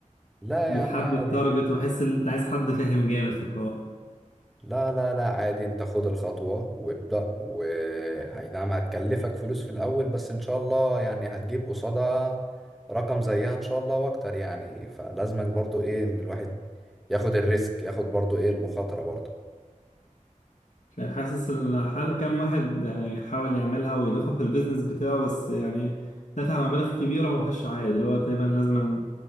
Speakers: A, in the centre; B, on the left.
A: لا
B: بتحدد
A: يا عم عادي
B: تارجت واحس ان انت عايز حد فاهم جامد في الحوار
A: لا لا لا عادي انت خد الخطوة وابدأ وهي نعم هتكلفك فلوس في الاول بس ان شاء الله يعني هتجيب قصادها رقم زيها ان شاء الله واكتر يعني فلازم برضو ايه ان الواحد ياخد الريسك ياخد برضو ايه المخاطرة برضو
B: مش عارف حاسس ان حال كام واحد يعني حاول يعملها ويضيفها في البيزنس بتاعه بس يعني دفع مبالغ كبيره وما فيش عائد اللي هو تقريبا لازما